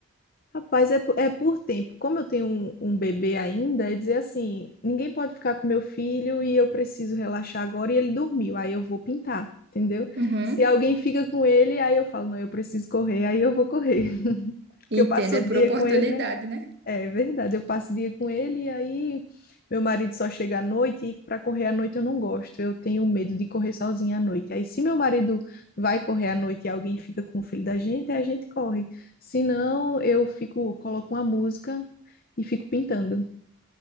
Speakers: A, on the left (about 40°); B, on the right (about 50°).
A: Rapaz, é, po- é por tempo. Como eu tenho um, um bebê ainda, é dizer assim: ninguém pode ficar com meu filho e eu preciso relaxar agora e ele dormiu, aí eu vou pintar, entendeu?
B: Uhum.
A: Se alguém fica com ele, aí eu falo: não, eu preciso correr, aí eu vou correr. <laughs> Porque
B: Entendo,
A: eu passo
B: é
A: o
B: por
A: dia
B: oportunidade,
A: com ele, né?
B: né?
A: É verdade, eu passo o dia com ele e aí meu marido só chega à noite e para correr à noite eu não gosto. Eu tenho medo de correr sozinha à noite. Aí se meu marido vai correr à noite e alguém fica com o filho da gente, aí a gente corre. Se não, eu fico, coloco uma música e fico pintando.